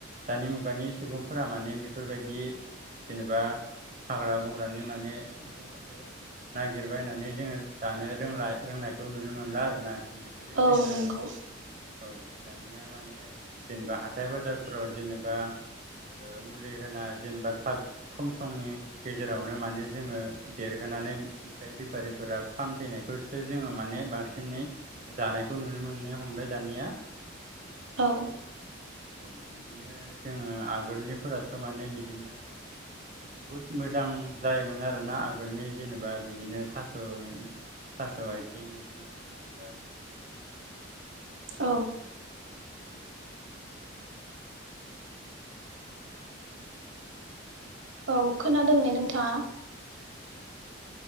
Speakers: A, on the right (about 40°); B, on the right (about 70°).
A: दानि मुगानि सुबुंफोरा माने बेफोरबायदि जेनेबा हाग्रा बंग्रानि माने मैगंफोरखौ नागिर बायनानै जोङो जानो रोंला रोंनायखौ नुनो मोनला आरोना बेनिखायनो
B: औ
A: जोङो
B: नंगौ
A: औ दानिया माने जेनेबा हाथाय बाजारफोराव जेनेबा ओ मुलि होना जेनेबा थाब खम समनि गेजेरावनो माने जोङो देरहो नानै फ्राय बेफारिफोरा फानफैनायखौसो जोङो माने बांसिनै जानायखौ नुनो मोननो हमबाय दा निया।
B: औ।
A: औ बिदिनो जोङो आगोलनिफोराथ' माने बिदिनो बहुद मोजां जायोमोन आरोना आगोलनि जेनेबा बिदिनो थास' थास' आथिं बिदिनो थास' बिबार
B: औ। औ खोनादों ने नोंथाङा?